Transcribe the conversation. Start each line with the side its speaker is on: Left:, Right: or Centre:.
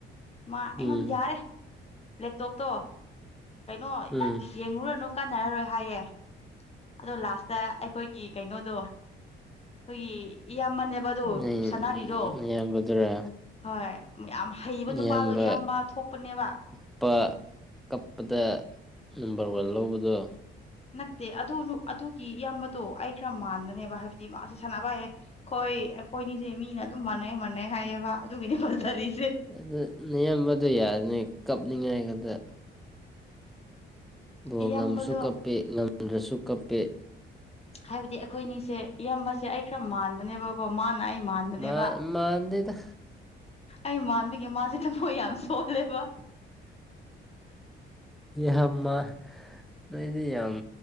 Left: ꯃꯥ
Centre: ꯎꯝ
Left: ꯑꯩꯉꯣꯟꯗ ꯌꯥꯔꯦ ꯂꯦꯞꯇꯣꯞꯇꯣ ꯀꯩꯅꯣ
Centre: ꯎꯝ
Left: ꯌꯦꯡꯉꯨꯔꯅꯨ ꯀꯥꯟꯅꯔꯔꯣꯏ ꯍꯥꯏꯌꯦ ꯑꯗꯣ ꯂꯥꯁꯇ ꯑꯩꯈꯣꯏꯒꯤ ꯀꯩꯅꯣꯗꯣ ꯑꯩꯈꯣꯏꯒꯤ ꯏꯌꯥꯝꯃꯅꯦꯕ ꯑꯗꯣ
Centre: ꯅꯣꯏ
Left: ꯁꯥꯟꯅꯔꯤꯗꯣ
Centre: ꯅꯌꯥꯝꯕꯗꯨꯔꯥ
Left: ꯍꯣꯏ ꯌꯥꯝ ꯍꯩꯕ
Centre: ꯅꯌꯥꯝꯕ
Left: ꯅꯨꯄꯥꯗꯣ ꯏꯌꯥꯝꯕ ꯊꯣꯛꯄꯅꯦꯕ
Centre: ꯀꯞꯄ ꯀꯞꯄꯗ ꯅꯝꯕꯔ ꯋꯥꯟ ꯂꯧꯕꯗꯣ
Left: ꯅꯠꯇꯦ ꯑꯗꯨ ꯑꯗꯨꯒꯤ ꯏꯌꯥꯝꯕꯗꯣ ꯑꯩ ꯈꯔ ꯃꯥꯟꯕꯅꯦꯕ ꯍꯥꯏꯕꯗꯤ ꯃꯥꯁꯦ ꯁꯥꯟꯅꯕꯌꯦ ꯍꯣꯏ ꯑꯩꯈꯣꯏꯅꯤꯁꯦ ꯃꯤꯅ ꯑꯗꯨꯝ ꯃꯥꯟꯅꯩ ꯃꯥꯟꯅꯩ ꯍꯥꯏꯌꯦꯕ ꯑꯗꯨꯒꯤꯅꯤ ꯄꯠꯊꯔꯤꯁꯦ
Centre: ꯑꯗꯨ ꯅꯌꯥꯝꯕꯗꯣ ꯌꯥꯗꯅꯤ ꯀꯞꯅꯤꯡꯉꯥꯏꯒꯗ ꯕꯣꯜ
Left: ꯏꯌꯥꯝꯕꯗꯣ
Centre: ꯉꯝꯁꯨ ꯀꯞꯄꯦ ꯉꯝꯗ꯭ꯔꯁꯨ ꯀꯞꯄꯦ
Left: ꯍꯥꯏꯕꯗꯤ ꯑꯩꯈꯣꯏꯅꯤꯁꯦ ꯏꯌꯥꯝꯝꯕꯁꯦ ꯑꯩ ꯈꯔ ꯃꯥꯟꯕꯅꯦꯕ ꯍꯣ ꯃꯥꯅ ꯑꯩ ꯃꯥꯟꯕꯅꯦꯕ
Centre: ꯃꯥ ꯃꯥꯟꯗꯦꯗ
Left: ꯑꯩ ꯃꯥꯟꯕꯒꯤꯦ ꯃꯥꯁꯦ ꯊꯃꯣꯏ ꯌꯥꯝ ꯁꯣꯜꯂꯦꯕ
Centre: ꯌꯥꯝꯃ ꯅꯣꯏꯗꯤ ꯌꯥꯝ